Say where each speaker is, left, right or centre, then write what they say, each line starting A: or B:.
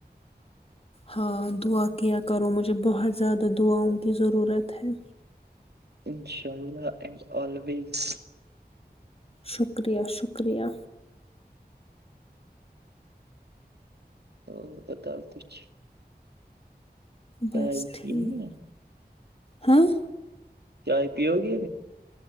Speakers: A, on the left (about 35°); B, on the right (about 75°).
A: ہاں دعا کیا کرو مجھے بہت زیادہ دعاؤں کی ضرورت ہے
B: انشاء اللہ اینڈ آلویز
A: شکریہ شکریہ
B: تو بتاؤ کچھ چائے
A: بس ٹھیک
B: پی لی ہے
A: ہاں
B: چائے پیو گی